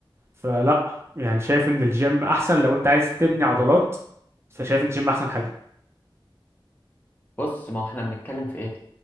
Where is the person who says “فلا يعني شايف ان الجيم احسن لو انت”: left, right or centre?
Right